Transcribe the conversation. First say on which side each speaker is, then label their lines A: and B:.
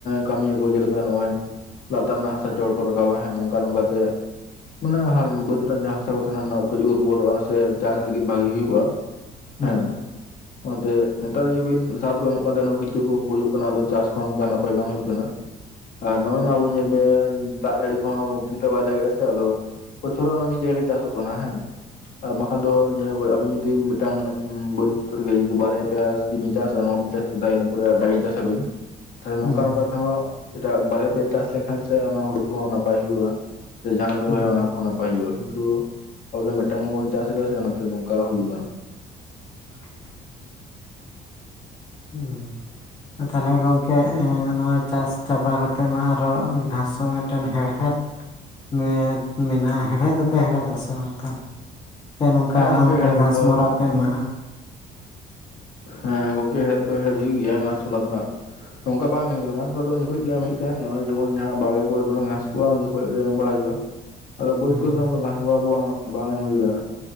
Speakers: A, on the left (about 55°); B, on the left (about 25°).
A: ᱠᱟᱹᱢᱤᱭᱟᱠᱚ ᱡᱮᱞᱮᱠᱟ ᱱᱚᱜ-ᱚᱭ ᱞᱟᱛᱟᱨ ᱨᱮᱱᱟᱜ ᱦᱟᱥᱟ ᱪᱚᱴ ᱠᱚ ᱨᱟᱠᱟᱵᱟ ᱦᱮᱸ ᱱᱚᱝᱠᱟ ᱱᱚᱝᱠᱟ ᱛᱮ ᱢᱟᱱᱮ ᱵᱟᱹᱫᱽ ᱨᱮᱱᱟᱜ ᱡᱟᱦᱟᱸ ᱦᱟᱥᱟ ᱠᱚ ᱛᱟᱦᱮᱸᱱᱟ ᱚᱱᱟ ᱠᱟᱹᱡ ᱩᱨᱵᱚᱨᱚᱜ-ᱟ ᱥᱮ᱾ ᱪᱟᱥ ᱞᱟᱹᱜᱤᱫ ᱵᱷᱟᱜᱤ ᱦᱩᱭᱩᱜ-ᱟ᱾
B: ᱦᱩᱸ
A: ᱦᱮᱸ
B: ᱦᱩᱸ
A: ᱚᱱᱟᱛᱮ ᱱᱮᱛᱟᱨ ᱧᱮᱞ ᱵᱤᱱ ᱥᱟᱨ ᱠᱚ ᱮᱢᱚᱜ ᱠᱟᱱ ᱛᱟᱦᱮᱸᱱᱟ, ᱠᱤᱪᱷᱩᱣᱟᱹ ᱠᱚ ᱜᱩᱡᱩᱜ ᱠᱟᱱᱟ ᱟᱫᱚ ᱪᱟᱥ ᱠᱚᱸ ᱚᱱᱠᱟ ᱱᱟᱯᱟᱭ ᱵᱟᱝ ᱦᱩᱭᱩᱜ ᱠᱟᱱᱟ ᱾ ᱟᱨ ᱱᱚᱜ-ᱚᱭ ᱱᱟ ᱳᱭ ᱫᱟᱜ ᱡᱟᱹᱲᱤ ᱠᱚᱦᱚᱸ ᱴᱷᱤᱠ ᱴᱷᱟᱠ ᱵᱟᱭ ᱫᱟᱜ ᱮᱜ-ᱟᱭ ᱥᱮ ᱟᱫᱚ ᱵᱚᱪᱷᱚᱨ ᱨᱮ ᱚᱱᱟ ᱢᱤᱫ ᱡᱟᱭᱜᱟ ᱜᱮ ᱪᱟᱥᱚᱜ ᱠᱟᱱᱟ ᱦᱮᱸ ᱟᱨ ᱵᱟᱠᱷᱟᱱ ᱫᱚ ᱧᱮᱞ ᱟᱵᱤᱱ ᱡᱩᱫᱤ ᱢᱤᱫᱴᱟᱝ ᱵᱟᱹᱫᱽ ᱨᱮᱜᱮ ᱡᱩᱫᱤ ᱵᱟᱨᱭᱟ ᱯᱮᱭᱟ ᱵᱤᱱ ᱪᱟᱥᱟ, ᱱᱚᱣᱟ ᱵᱤᱱ ᱪᱟᱥ ᱠᱮᱫᱟ ᱤᱱᱟᱹ ᱯᱚᱨᱮ ᱮᱴᱟᱜᱟᱵᱤᱱ ᱪᱟᱥᱟᱵᱤᱱ ᱛᱚᱵᱮ ᱱᱚᱝᱠᱟ
B: ᱦᱩᱸ
A: ᱱᱚᱝᱠᱟ
B: ᱦᱩᱸ
A: ᱛᱮᱦᱚᱸ ᱮᱴᱟᱜ ᱵᱟᱨᱭᱟ ᱯᱮᱭᱟ ᱪᱟᱥ ᱞᱮᱱᱠᱷᱟᱱ ᱥᱮ, ᱦᱩᱲᱩ ᱠᱚᱦᱚᱸ ᱱᱟᱯᱟᱭ ᱦᱩᱭᱩᱜ-ᱟ ᱾ ᱥᱮ ᱡᱟᱦᱟᱱᱟᱜ ᱵᱤᱱ
B: ᱦᱩᱸ
A: ᱨᱚᱦᱚᱭᱟ ᱚᱱᱟ ᱠᱷᱚᱱ ᱱᱟᱯᱟᱭ ᱦᱩᱭᱩᱜ-ᱟ, ᱠᱤᱱᱛᱩ ᱟᱵᱚ ᱫᱚ ᱢᱤᱫᱴᱟᱝ ᱜᱮᱵᱚᱱ ᱪᱟᱥ ᱮᱫᱟ ᱥᱮ ᱚᱱᱟᱛᱮ ᱱᱚᱝᱠᱟ ᱦᱩᱭᱩᱜ ᱠᱟᱱᱟ ᱾
B: <inaudible> ᱦᱩᱸ ᱛᱟᱦᱚᱞᱮ ᱜᱚᱝᱠᱮ ᱱᱚᱣᱟ ᱪᱟᱥ ᱪᱟᱵᱟ ᱠᱟᱛᱮᱜ ᱢᱟ ᱟᱨᱚ ᱜᱷᱟᱥ ᱢᱤᱫᱴᱮᱱ ᱦᱮᱲᱦᱮᱫ? ᱢᱮᱫ ᱢᱮᱱᱟᱜ-ᱟ ᱦᱮᱲᱦᱮᱫ ᱫᱚᱯᱮ ᱦᱮᱲᱦᱮᱫ ᱫᱟᱥᱮ ᱵᱟᱝ ᱛᱟᱦᱚᱞᱮ? ᱥᱮ ᱱᱚᱝᱠᱟ
A: ᱦᱮᱸ ᱜᱚᱝᱠᱮ
B: ᱚᱝᱠᱟ
A: ᱦᱮᱲᱦᱮᱫ
B: ᱜᱷᱟᱥᱢᱚᱨᱟ
A: ᱫᱚ
B: ᱯᱮ ᱮᱢᱟᱜ-ᱟ?
A: ᱦᱮᱸ ᱜᱚᱝᱠᱮ ᱦᱮᱲᱦᱮᱫ ᱫᱚ ᱦᱮᱲᱦᱮᱫ ᱦᱩᱭᱩᱜ ᱜᱮᱭᱟ, ᱜᱷᱟᱥ ᱚᱱᱟ ᱫᱚᱱᱟᱜ ᱾ ᱱᱚᱝᱠᱟ ᱵᱟᱝ ᱮᱢᱳᱭ ᱮᱢ <unintelligible> ᱠᱟᱱᱟ ᱜᱷᱟᱥᱲᱟ ᱫᱚ ᱜᱮ ᱮᱢ ᱦᱩᱭᱩᱜ ᱛᱟᱦᱮᱸᱜ ᱡᱚᱠᱷᱚᱱ ᱱᱚᱜ-ᱚᱭ ᱡᱮᱢᱚᱱ ᱡᱟᱦᱟᱸᱱᱟᱜ ᱵᱟᱲᱜᱮ ᱠᱚᱨᱮ ᱫᱚᱢᱮ ᱜᱷᱟᱥ ᱠᱚᱜ-ᱟ, ᱛᱚᱠᱷᱚᱱ ᱜᱮ ᱮᱢ ᱵᱟᱲᱟ ᱦᱩᱭᱩᱜ-ᱟ᱾ <inaudible> ᱟᱫᱚ ᱵᱟᱹᱫᱽ ᱠᱚᱨᱮ
B: ᱦᱮᱸ
A: ᱱᱚᱝᱠᱟ ᱜᱷᱟᱥ ᱢᱚᱨᱟᱠᱚ ᱵᱟᱝ ᱮᱢ ᱦᱩᱭ ᱠᱟᱱᱟ,